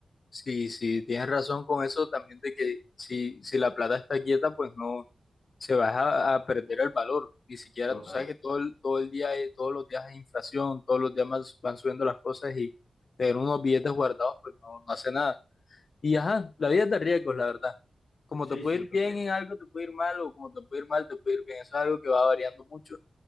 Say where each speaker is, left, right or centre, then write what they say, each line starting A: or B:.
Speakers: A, on the left; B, on the left.
A: Sí, sí, tienes razón con eso también de que si, si la plata está quieta, pues no se va a, a perder el valor. Ni siquiera,
B: total.
A: tú sabes que todo el, todo el día, hay- todos los días hay inflación, todos los días más van subiendo las cosas y tener unos billetes guardados, pues no, no hace nada. Y ajá, la vida es de riesgos, la verdad. Como
B: Sí,
A: te puede
B: sí,
A: ir
B: total.
A: bien en algo, te puede ir mal, o como te puede ir mal, te puede ir bien. Eso es algo que va variando mucho.